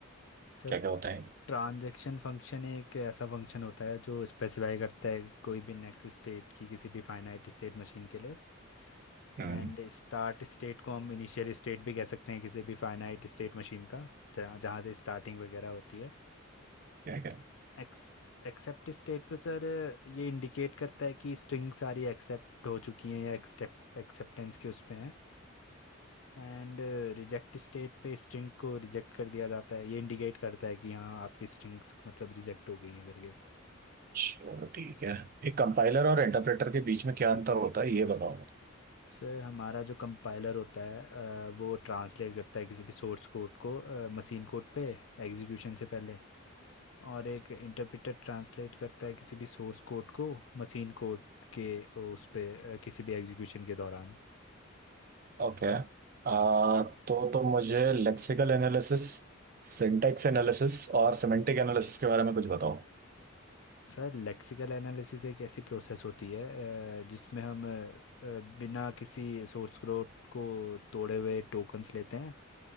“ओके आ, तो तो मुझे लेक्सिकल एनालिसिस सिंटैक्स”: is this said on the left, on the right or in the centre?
Right